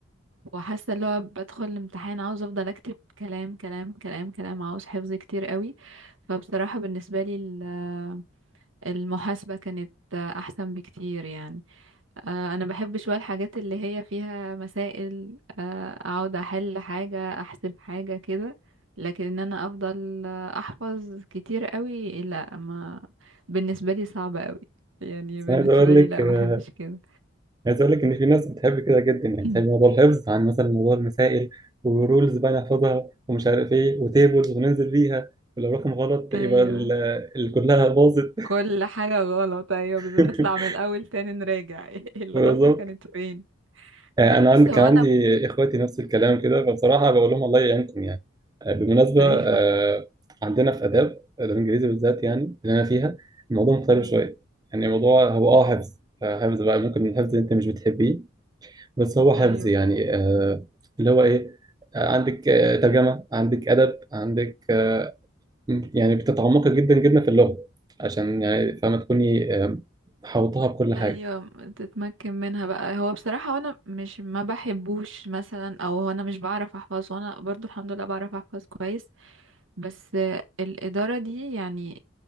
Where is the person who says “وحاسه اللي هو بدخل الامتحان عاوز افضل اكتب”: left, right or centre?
Right